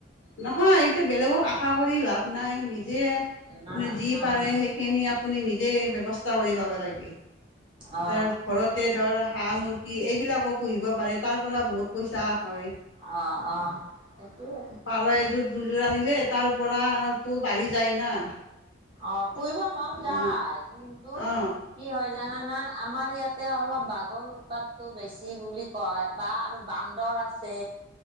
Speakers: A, on the left; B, on the right.
A: নহয় এতিয়া বেলেগক আশা কৰি লাভ নাই নিজে আপুনি
B: না
A: যি
B: নাই
A: পাৰে
B: নাই
A: সেইখিনি আপুনি নিজে ব্যৱস্থা কৰি লবা লাগে।
B: অ
A: ধৰ ঘৰতে ধৰ হাঁহ মুৰ্গী এইবিলাকো পুহিব পাৰে তাৰ পৰা বহুত পইচা হয়।
B: অ' অ' সেইটোয়ে।
A: পাৰ এযোৰ দুযোৰ আনিলে, তাৰ পৰা তো বাঢ়ি যায় না!
B: অ' পুহিব মন যায়
A: অ
B: কিন্তু
A: অ
B: কি হয় জানানা আমাৰ ইয়াতে অলপ বাঘৰ উৎপাতটো বেছি বুলি কয়। বা আৰু বান্দৰ আছে।